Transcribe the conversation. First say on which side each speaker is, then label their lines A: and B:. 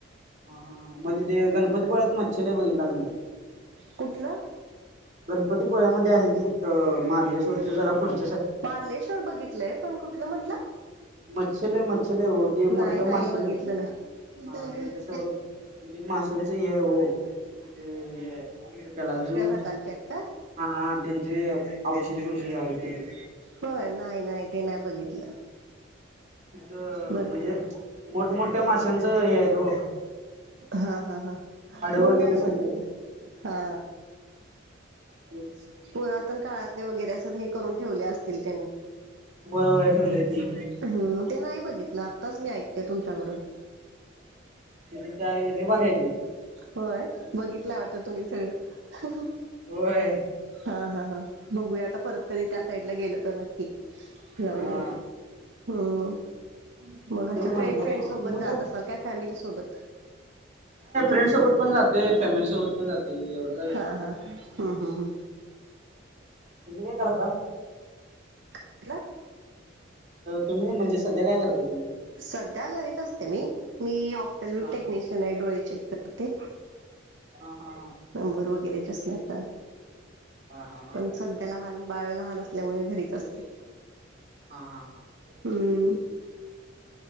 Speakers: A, on the right; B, on the right.
A: हा म्हणजे ते गणपतीपुळ्यात मच्छीलाय बघितला लागणार
B: कुठलं
A: गणपतीपुळ्यामध्ये आहे की मारलेश्वरच्या जरा पुडत
B: मार्लेश्वर बघितलंय पण कुठलं म्हटलं
A: मच्छलय मच्छलय हो ते
B: नाही
A: मोठ
B: नाही
A: मासे
B: बघितलं नाही.
A: हा तिथे सर्वे माशांच हे हो ते काय म्हणत त्याला जू
B: सकारच्या आहेत का
A: हाा त्यांचे औषध षध आहेत तिथे
B: हो नाही नाही ते नाही बघितलं
A: म्हणजे
B: बघ
A: मोठमोठ्या माशांचं हे आहे तो
B: हा हा हा मी
A: वगैरे
B: नाही
A: सगळे
B: बघित हा
A: ते
B: पुरातन काळातले वगैरे अस हे करून ठेवले असतील त्यांनी
A: वय वय ठेवली ती
B: हम्म ते नाही बघितलं आत्ताच मी ऐकतेय तुमच्याकडून
A: त त्याले बरयदी
B: होय बघितला वाटत तुम्ही सगळं
A: होय
B: हा हा हा बघूया आता परत कधी त्या साईड ला गेलो तर मी जाऊ
A: हा
B: नऊ हम्म मग अे
A: तेच म्हणलं
B: फ्रेंड फ्रेंड सोबत
A: तुम्ही
B: जात
A: का
B: असाल काय फॅमिली सोबत
A: ेन सफर पण जाते फॅमिली सोबत पण जाते एवढा काय विषय
B: हा
A: नाही
B: हा हम्म हम्म हम्म
A: तुम्ही काय करता
B: म्हटलं
A: तुम्ही म्हणजे सध्या काय करता तुम्ही?
B: सध्या घरीच असते मी मी ऑफफल्
A: हा
B: टेक्निशियन आहे डोळे चेक करते
A: ह हा हा
B: नंबर वगैरेच्याच चष्म्याचा
A: हा
B: पण सध्या त्या लहान बाळ लहान असल्यामुळे घरीच असते
A: हा हा हा
B: हम्म